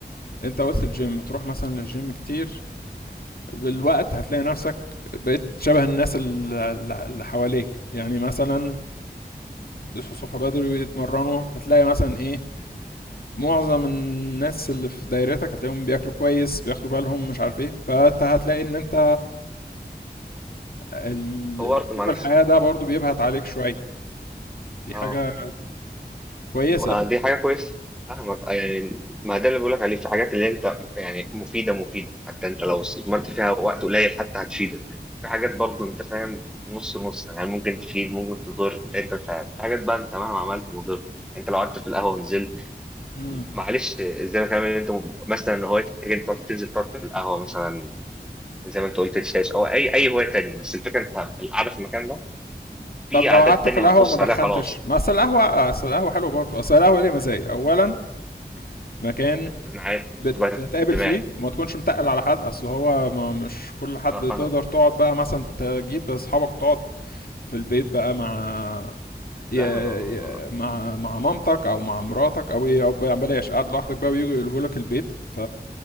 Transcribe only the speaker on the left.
انت قلت الجيم تروح مثلا للجيم كتير بالوقت هتلاقي نفسك بقيت شبه الناس الل- الل- اللي حواليك يعني مثلا يصحوا الصبح بدري ويتمرنوا هتلاقي مثلا ايه معظم الناس اللي في دايرتك هتلاقيهم بياكلوا كويس بياخدوا بالهم مش عارف ايه فانت هتلاقي ان انت ال-
اسلوب
الحياة ده برضو بيبهت عليك شوية دي حاجة
كويسة
امم
طب
لو قعدت
في القهوة
وما دخنتش
ما اصل القهوة اصل القهوة حلوة برضو اصل القهوة ليها مزايا اولا مكان
بتتقابل
فيه وما تكونش متقل على حد اصل هو ما مش كل حد
تقدر تقعد بقى مثلا تجيب اصحابك وتقعد في البيت بقى مع ي...
ي... مع مع مامتك او مع مراتك او ايه او ب- بلاش قاعد لوحدك بقى ويجوا يقلبوا لك البيت ف